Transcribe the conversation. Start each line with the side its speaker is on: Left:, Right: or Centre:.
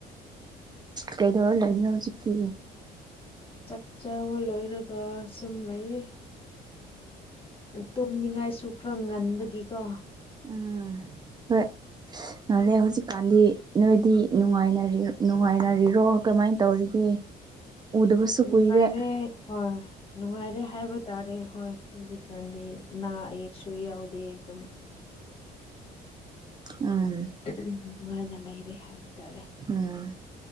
Right: ꯀꯩꯗꯧꯔꯥ ꯂꯩꯕꯅꯣ ꯍꯧꯖꯤꯛꯇꯤ
Left: ꯆꯥꯛ ꯆꯥꯕ ꯂꯣꯏꯔꯒ ꯁꯨꯝ ꯂꯩ ꯇꯨꯝꯅꯤꯡꯉꯥꯏꯁꯨ ꯈꯔ ꯉꯟꯕꯒꯤꯀꯣ
Right: ꯎꯝ ꯍꯣꯏ ꯉꯜꯂꯦ ꯍꯧꯖꯤꯛꯀꯥꯟꯗꯤ ꯅꯣꯏꯗꯤ ꯅꯨꯡꯉꯥꯏꯅꯔꯤ ꯅꯨꯡꯉꯥꯏꯅꯔꯤꯔꯣ ꯀꯃꯥꯏꯟ ꯇꯧꯔꯤꯒꯦ ꯎꯗꯕꯁꯨ
Left: ꯅꯨꯡꯉꯥꯏꯔꯦ
Right: ꯀꯨꯏꯔꯦ
Left: ꯍꯣꯏ ꯅꯨꯡꯉꯥꯏꯔꯦ ꯍꯥꯏꯕ ꯇꯥꯔꯦ ꯍꯣꯏ ꯍꯧꯖꯤꯛꯀꯥꯟꯗꯤ ꯑꯅꯥ ꯑꯌꯦꯛꯁꯨ ꯌꯥꯎꯗꯦ ꯑꯗꯨꯝ
Right: ꯎꯝ
Left: ꯅꯨꯡꯉꯥꯏꯅ ꯂꯩꯔꯦ ꯍꯥꯏꯕ ꯇꯥꯔꯦ
Right: ꯎꯝ